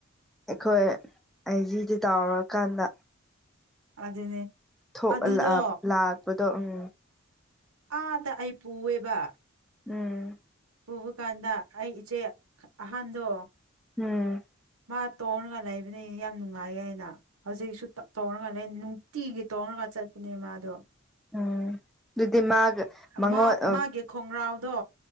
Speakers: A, in the centre; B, on the right.
A: ꯑꯩꯈꯣꯏ ꯑꯢꯖꯤꯗ ꯇꯥꯎꯔꯀꯥꯟꯗ
B: ꯑꯗꯨꯅꯦ
A: ꯊꯣꯛ
B: ꯑꯗꯨꯗꯣ
A: <unintelligible> ꯂꯥꯛꯄꯗꯣ ꯎꯝ
B: ꯑꯥꯗ ꯑꯩ ꯄꯨꯌꯦꯕ
A: ꯎꯝ
B: ꯄꯨꯕ ꯀꯥꯟꯗ ꯑꯩ ꯏꯆꯦ ꯑꯍꯥꯟꯗꯣ
A: ꯎꯝ
B: ꯃꯥ ꯇꯣꯡꯔꯒ ꯂꯩꯕꯅꯤ ꯌꯥꯝ ꯅꯨꯡꯉꯥꯏꯌꯦ ꯍꯥꯏꯅ ꯍꯧꯖꯤꯛꯁꯨ <unintelligible> ꯇꯣꯡꯔꯒ ꯂꯩ ꯇꯤꯒꯤ ꯇꯣꯡꯔꯒ ꯆꯠꯄꯅꯦ ꯃꯥꯗꯣ
A: ꯎꯝ ꯑꯗꯨꯗꯤ ꯃꯥꯒ ꯃꯉꯣꯟ
B: ꯃꯥ
A: ꯑ
B: ꯃꯥꯒꯤ ꯈꯣꯡꯉ꯭ꯔꯥꯎꯗꯣ